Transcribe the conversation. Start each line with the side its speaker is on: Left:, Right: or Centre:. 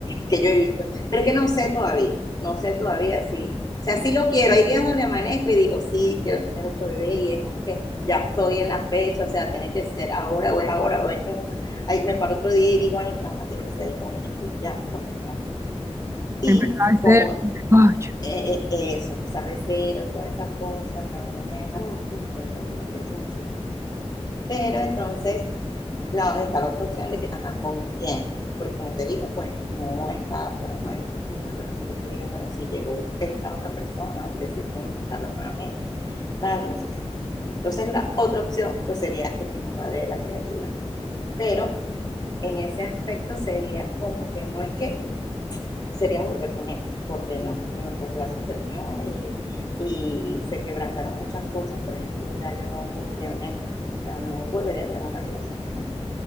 Left: que yo he visto, pero es que no sé todavía, no sé todavía si, o sea, sí lo quiero. Hay días donde amanezco y digo, sí, quiero tener otro bebé y es como que ya estoy en la fecha, o sea, tiene que ser ahora o es ahora o es nunca. Ahí me paro otro día y digo, ay, no, tiene que ser con un ya, pues no. Y
Right: Empezar a
Left: como
Right: ser Ay,
Left: eh, eh, eso, que sea mesero, todas esas cosas, también, ay, Dios mío, también lo pienso muchísimo. Pero entonces, la, está la otra opción de que, ajá, ¿con quién? Porque como te digo, pues no está, pues no hay una relación que tú digas, bueno, sí, llegó esta otra persona donde sí puedo intentarlo nuevamente, tal, y no sé qué. Entonces, la otra opción, pues sería el mismo padre de la criatura. Pero en ese aspecto sería como que no es que sería volver con él, porque no, nuestra relación terminó y, y se quebrantaron muchas cosas. Por ejemplo, ya yo no confío en él, o sea, no volvería a tener una relación con él,